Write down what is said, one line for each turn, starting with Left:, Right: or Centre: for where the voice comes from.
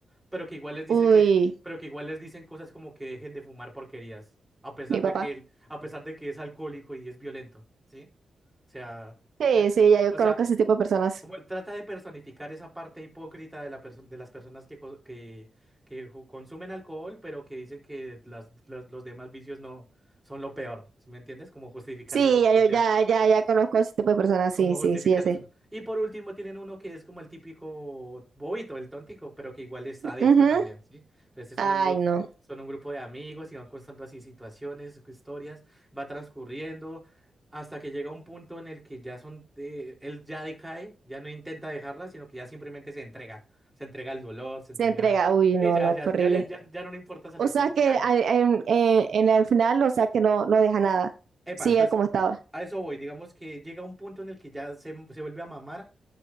Centre: pero que igual les dice
Right: Uy,
Centre: que, pero que igual les dicen cosas como que dejen de fumar porquerías, a pesar
Right: mi
Centre: de
Right: papá.
Centre: que él, a pesar de que es alcohólico y es violento, ¿sí? O sea,
Right: Sí,
Centre: eh, eh,
Right: sí, ya
Centre: eh,
Right: yo
Centre: o
Right: conozco
Centre: sea,
Right: ese tipo de personas.
Centre: como él trata de personificar esa parte hipócrita de la perso- de las personas que, co- que, que ju- consumen alcohol, pero que dicen que las, las- los demás vicios no son lo peor, ¿sí me entiendes? Como justificando
Right: Sí,
Centre: su
Right: ya
Centre: propia
Right: yo ya, ya, ya conozco ese tipo de personas.
Centre: como
Right: Sí,
Centre: justificando
Right: sí, sí, ya sé.
Centre: su- Y por último tienen uno que es como el típico bobito, el tóntico, pero que igual es adicto
Right: Ujú.
Centre: también, ¿sí? Entonces son
Right: Ay,
Centre: un grupo,
Right: no.
Centre: son un grupo de amigos y van constando así situaciones, historias, va transcurriendo hasta que llega un punto en el que ya son, eh, él ya decae, ya no intenta dejarla, sino que ya simplemente se entrega, se entrega al dolor, se entrega,
Right: Se entrega, uy,
Centre: y
Right: no,
Centre: ya,
Right: no,
Centre: ya,
Right: qué
Centre: ya,
Right: horrible.
Centre: le, ya, ya no le importa salir
Right: O sea
Centre: como que,
Right: que
Centre: ah,
Right: al- en, en- en el final, o sea que no, no deja nada.
Centre: epa,
Right: Sigue
Centre: entonces
Right: como estaba.
Centre: a eso voy, digamos que llega un punto en el que ya se, se vuelve a mamar